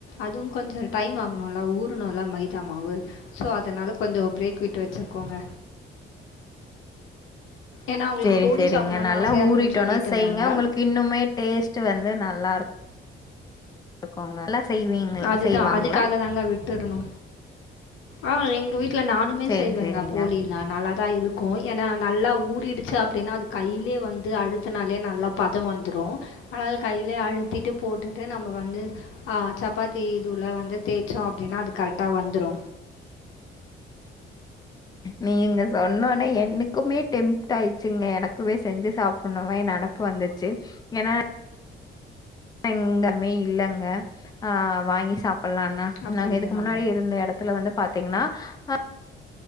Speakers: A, on the left (about 85°); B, on the left (about 20°).
A: அதுவு கொஞ்ச டைம் ஆகணும்ல ஊறணும்ல மைதா மாவு சோ அதனால கொஞ்ச பிரேக் விட்டு வச்சிருக்கோங்க ஏன்னா அவங்களுக்கு
B: சேரி
A: போலி
B: சேரிங்க
A: சாப்பிட்ணுன்னு
B: நல்லா
A: ஆசையாக
B: ஊறிட்டோன
A: இருக்குதுன்னு சொல்லிட்டு
B: செய்ங்க
A: இருந்தாங்க
B: உங்களுக்கு இன்னுமே டேஸ்ட் வந்து நல்லா இரு இருக்கோங்க நல்லா செய்வீங்களா
A: அதுதான்
B: செய்வாங்களா
A: அதுக்காக தாங்க விட்டுருந்தோ ஆ எங்க வீட்ல நானுமே
B: சேரி
A: செய்வேங்க
B: சேரிங்க
A: போலி ந நல்லா தா இருக்கு ஏனா நல்லா ஊறிடுச்சு அப்டின்னா அது கையிலயே வந்து அழுத்துனாலே நல்லா பதம் வந்துரு ஆனால் கையிலயே அழுத்திட்டு போட்டுட்டு நம்ம வந்து ஆ சப்பாத்தி இது உள்ள வந்து தேச்சோ அப்டின்னா அது கரெக்டா வந்துரு
B: நீங்க சொன்ன ஒட்னே எனக்குமே டெம்ட் ஆயிடுச்சுங்க எனக்குமே செஞ்சு சாப் சொன்ன மாரி நெனப்பு வந்துச்சு ஏனா எங்கயுமே இல்லங்க ஆ வாங்கி சாப்பிடலானா
A: அப்படியா
B: நாங்க இதுக்கு முன்னாடி இருந்த எடத் துல வந்து பாத்தீங்கன்னா அ